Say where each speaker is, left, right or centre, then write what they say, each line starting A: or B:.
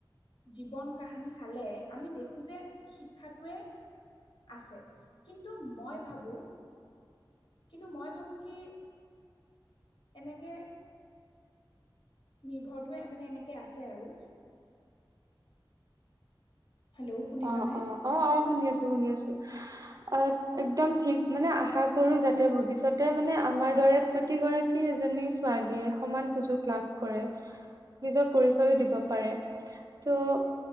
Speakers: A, on the left; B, on the right.
A: জীৱন কাহিনী চালে আমি দেখো যে শিক্ষাটোৱে আছে কিন্তু মই ভাবো কিন্তু মই ভাবো কি এনেকে নিৰ্ভৰটোৱে মানে এনেকে আছে আৰু হেল্ল' শুনিছনে
B: অ অ অ অ। শুনি আছো শুনি আছো অ একদম ঠিক মানে আশা কৰো যাতে ভৱিষ্যতে মানে। আমাৰ দৰে প্ৰতিগৰাকী এজনী ছোৱালীয়ে সমান সুযোগ লাভ কৰে। নিজৰ পৰিচয়ও দিব পাৰে ত'